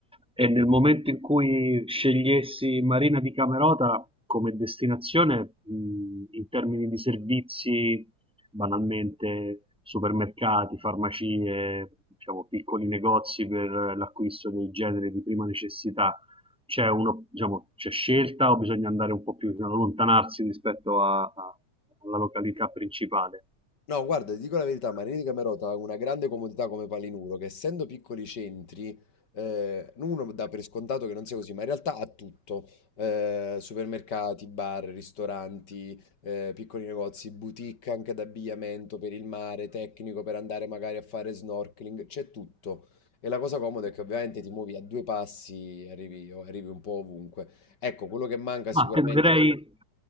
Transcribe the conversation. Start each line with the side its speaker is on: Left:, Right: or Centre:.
Centre: E nel momento in cui scegliessi Marina di Camerota come destinazione, mh, in termini di servizi, banalmente supermercati, farmacie, diciamo, piccoli negozi per l'acquisto dei generi di prima necessità, c'è uno, diciamo, c'è scelta o bisogna andare un po' più, diciamo, allontanarsi rispetto a- a- alla località principale?
Left: No, guarda, ti dico la verità, Marini di Camerota ha una grande comodità come Palinuro, che essendo piccoli centri, eh, uno dà per scontato che non sia così, ma in realtà ha tutto. Eh, supermercati, bar, ristoranti, eh, piccoli negozi, boutique anche d'abbigliamento per il mare, tecnico per andare magari a fare snorkeling, c'è tutto. E la cosa comoda è che ovviamente ti muovi a due passi e arrivi, arrivi un po' ovunque. Ecco, quello che manca
Centre: Ma
Left: sicuramente...
Centre: tenderei,